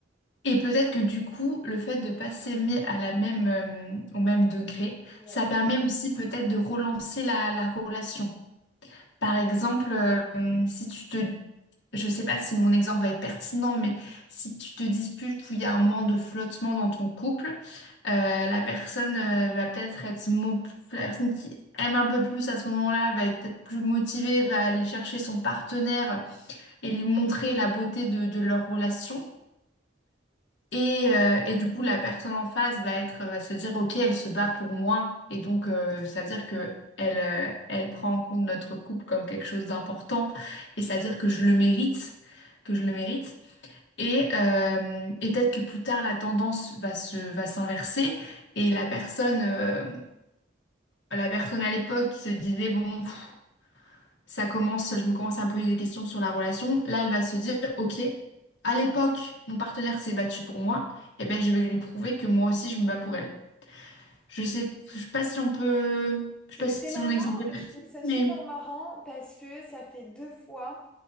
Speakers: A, on the left (about 65°); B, in the centre.
A: Et peut-être que du coup, le fait de pas s'aimer à la même, euh, au même degré,
B: Ouais.
A: ça permet aussi peut-être de relancer la, la relation. Par exemple, euh, si tu te... Je sais pas si mon exemple va être pertinent, mais si tu te disputes ou il y a un moment de flottement dans ton couple, euh, la personne euh, va peut-être être... mo- La personne qui aime un peu plus à ce moment-là va être peut-être plus motivée, va aller chercher son partenaire et lui montrer la beauté de, de leur relation. Et, euh, et du coup, la personne en face va être, va se dire, OK, elle se bat pour moi. Et donc, euh, ça veut dire que elle, euh, elle prend en compte notre couple comme quelque chose d'important. Et ça veut dire que je le mérite, que je le mérite. Et, euh, et peut-être que plus tard, la tendance va se, va s'inverser. Et la personne, euh, la personne à l'époque qui se disait, bon, pff, ça commence, je me commence à me poser des questions sur la relation. Là, elle va se dire, OK, à l'époque, mon partenaire s'est battu pour moi, et ben je vais lui prouver que moi aussi, je me bats pour elle. Je sais, je sais pas si on peut, je
B: C'est
A: sais pas si
B: c'est marrant,
A: mon exemple est pertinent,
B: je trouve ça super
A: mais
B: marrant parce que ça fait deux fois